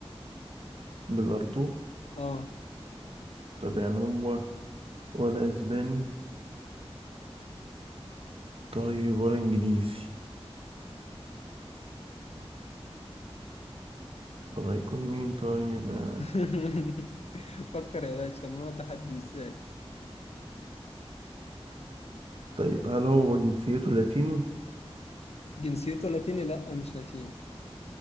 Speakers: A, on the right (about 60°); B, on the left (about 80°).
A: بالأرتو
B: اه
A: طب يعني هو ولا أسباني طيب ولا إنجليزي طب هيكون مين طيب آه،
B: <laughs> فكر يا باشا ما هو تحدي ازاي
A: طيب هل هو جنسيته لاتيني؟
B: جنسيته لاتيني لا مش لاتيني